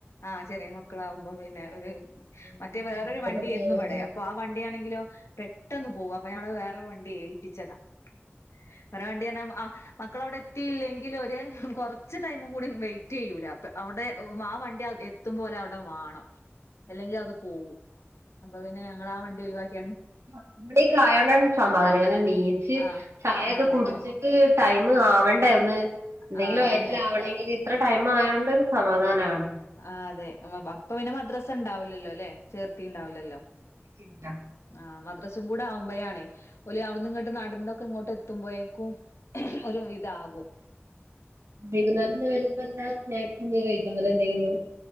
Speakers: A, on the left; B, on the right.
A: ആഹ് ചെറിയ മക്കളാവുമ്പം പിന്നെ ഒര്
B: <inaudible>
A: മറ്റേ
B: കഴിക്കാതൊക്കെ
A: വേറൊരു വണ്ടിയേര്ന്നു
B: പോയാല്
A: ഇവടെ അപ്പൊ പ്പൊ ആ വണ്ടിയാണെങ്കിലോ പെട്ടെന്ന് പോകും അപ്പൊ ഞങ്ങള് വേറെ വണ്ടി ഏൽപ്പിച്ചതാ <unintelligible> ആഹ് മക്കൾ അവിടെ എത്തിയില്ലെങ്കിൽ ഒരു കൊറച്ച് ടൈമും കൂടി വെയ്റ്റ് ഇയ്യൂല അപ്പ അവിടെ ആ വണ്ടി എ എത്തും പോല അവടെ വാണം അല്ലെങ്കിൽ അത് പോകും അപ്പൊ പിന്നെ ഞങ്ങള് ആ വണ്ടി ഒഴിവാകീങ്ങാണ്ട്
B: അവിടൊക്കേ ആയോണ്ടാണ് സമാധാനം കാരണം നീച്ച്
A: ആഹ്
B: ചായൊക്കെ
A: ആഹ് അതെ
B: കുടിച്ചിട്ട് ടൈം ആവ <unintelligible> എന്തെങ്കിലും
A: ആഹ് അതന്നെ
B: വയറ്റ്ല്ആവണങ്കിൽ ഇത്ര ടൈം ആയോണ്ട് സമാധാനാണ്
A: ആഹ് അതെ അപ്പൊ പിന്നെ മദ്രസ ഇണ്ടാവുലല്ലോ ല്ലേ ചേർത്തി ണ്ടാവില്ലല്ലോ
B: ഇല്ല
A: ആഹ് മദ്രസും കൂടെ ആവുബയാണേ ഓല് അവിട്ന്ന് ഇങ്ങട്ട് നടന്നൊക്കെ ഇങ്ങോട്ട് എത്തുമ്പോയേക്കും ഒരു വിത ആകും
B: വൈകുന്നേരം വരുമ്പന്താ സ്നാക് എന്തകിലും കഴിക്കോ അങ്ങനെ എന്തെങ്കിലും